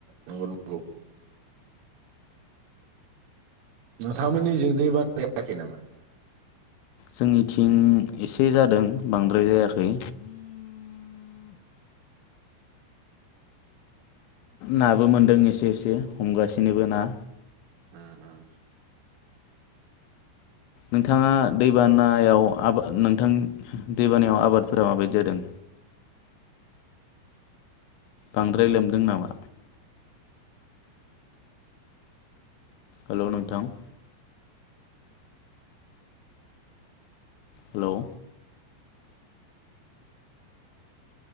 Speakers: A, on the right; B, on the left.
A: नंगौ नंगौ नोंथांमोननि जों दै बाना जायाखै नामा?
B: जोंनिथिं एसे जादों बांद्राय जायाखै। नाबो मोनदों एसे एसे हमगासिनोबो ना।
A: <unintelligible>
B: नोंथाङा दैबानायाव नोंथां दैबानायाव आबादफोरा माबायदि जादों? बांद्राय लोमदों नामा? हेलौ नोंथां। हेलौ